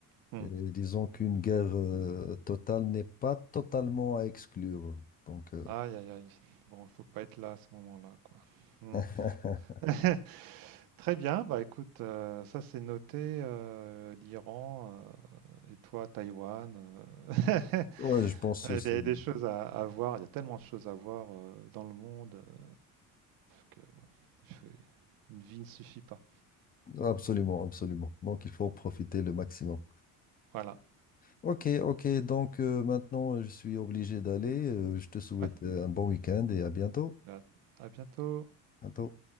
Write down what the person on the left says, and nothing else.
euh, disons qu'une guerre euh, totale n'est pas totalement à exclure. Donc, euh,
<laughs>
ouais,
je pense que
c'est
absolument, absolument. Donc, il faut en profiter le maximum.
Ok, ok. Donc euh, maintenant, euh, je suis obligé d'aller. Euh, je te souhaite
euh, un bon week-end et à bientôt.
Bientôt.